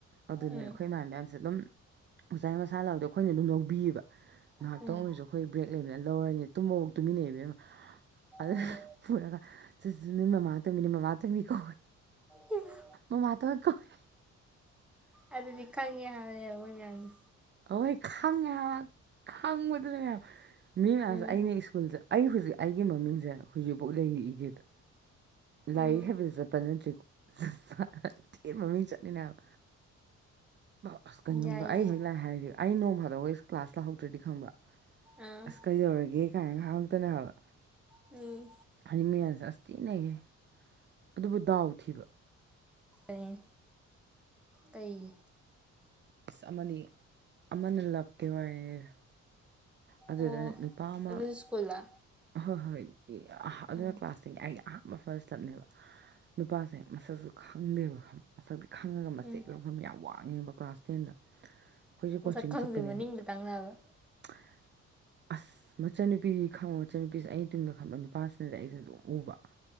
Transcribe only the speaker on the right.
ꯑꯗꯨꯅꯦ
ꯑꯩꯈꯣꯏ ꯏꯃꯥꯟꯕꯤ ꯃꯌꯥꯝꯖꯦ ꯑꯗꯨꯝ ꯑꯣꯖꯥꯏ ꯃꯁꯥ ꯂꯧꯗ ꯑꯩꯈꯣꯏꯅ ꯑꯗꯨꯝ ꯂꯧꯕꯤꯌꯦꯕ ꯉꯍꯥꯛꯇꯪ
ꯑꯣꯏꯔꯁꯨ ꯑꯩꯈꯣꯏ ꯕ꯭ꯔꯦꯛ ꯂꯩꯕꯅ ꯂꯧꯔꯅꯤ ꯇꯨꯝꯕꯕꯥꯎ ꯇꯨꯃꯤꯟꯅꯩꯕꯦꯝꯃ ꯑꯗꯨꯗ
ꯄꯨꯔꯒ ꯆꯤ ꯅꯣꯏ ꯃꯃꯥ ꯇꯨꯝꯃꯤꯅꯦ ꯃꯃꯥ ꯇꯨꯝꯃꯤ ꯀꯣ
ꯃꯃꯥꯇꯣꯟ ꯀꯧꯑꯦ
ꯑꯍꯣꯏ ꯈꯪꯉꯦ ꯍꯥꯏꯕ ꯈꯪꯕꯗꯨꯅꯅꯦ ꯍꯤꯏꯕ ꯃꯤ ꯃꯌꯥꯝꯖꯦ
ꯑꯩꯅ ꯁ꯭ꯀꯨꯜꯖꯦ ꯑꯩ ꯍꯧꯖꯤꯛ ꯑꯩꯒꯤ ꯃꯃꯤꯡꯖꯦ ꯍꯧꯖꯤꯛꯕꯣꯛ ꯂꯩꯔꯤ ꯏꯀꯦꯗ ꯂꯥꯏꯔꯤꯛ
ꯍꯩꯕꯗ ꯆꯠꯄ ꯅꯠꯇ꯭ꯔꯦꯀꯣ ꯁꯥ ꯁꯥꯊꯤ ꯃꯃꯤꯡ ꯆꯠꯂꯤꯅꯦ ꯍꯥꯏꯕ ꯕꯁ ꯀꯩꯅꯣꯗꯣ
ꯑꯩ ꯍꯦꯛ ꯂꯥꯛꯑꯦ ꯍꯥꯏꯔꯗꯤ ꯑꯩ ꯅꯣꯡ ꯐꯥꯗꯣꯛꯀ ꯑꯩ ꯀ꯭ꯂꯥꯁ ꯂꯥꯛꯍꯧꯗ꯭ꯔꯗꯤ ꯈꯪꯕ꯭ꯔꯥ
ꯑꯁ ꯀꯩꯗꯧꯔꯒꯦ ꯀꯥꯏꯅ ꯍꯥꯡꯇꯣꯏꯅꯦ ꯍꯥꯏꯕ
ꯍꯥꯏꯗꯤ ꯃꯤ ꯃꯌꯥꯝꯖꯦ ꯑꯁ ꯊꯤ ꯅꯩꯌꯦ ꯑꯗꯨꯕꯨ ꯗꯥꯎ ꯊꯤꯕ
ꯏꯁ ꯑꯃꯗꯤ ꯑꯃꯅ ꯂꯞꯀꯤ ꯋꯥꯔꯤꯅꯤꯗ ꯑꯗꯨꯗ
ꯅꯨꯄꯥ ꯑꯃ
ꯍꯣ ꯍꯣꯏ ꯑꯗꯨꯅ
ꯀ꯭ꯂꯥꯁꯇꯒꯤ ꯑꯩꯒꯤ ꯑꯍꯥꯟꯕ ꯐꯔꯁ ꯂꯚꯅꯦꯕ ꯅꯨꯄꯥꯁꯦ ꯃꯁꯛꯁꯨ ꯈꯪꯗꯦꯕ ꯈꯪꯕ ꯃꯁꯛꯇꯤ ꯈꯪꯉꯒ ꯃꯆꯦꯛ
ꯂꯧꯕ ꯌꯥꯝ ꯋꯥꯡꯉꯦꯕ ꯀ꯭ꯂꯥꯁ ꯇꯦꯟꯗ ꯈꯣꯏꯖꯦ ꯀꯣꯆꯤꯡ
ꯆꯠꯄꯅꯦꯕ
ꯆ
ꯑꯁ ꯃꯆꯟꯅꯨꯄꯤ ꯗꯤ ꯈꯪꯕ ꯃꯆꯟꯅꯨꯄꯤꯖꯦ ꯑꯩꯩ ꯇꯨꯡꯗ ꯈꯪꯕ ꯅꯨꯄꯥꯁꯤꯅꯗꯤ ꯑꯩꯁꯦ ꯑꯗꯨꯝ ꯎꯕ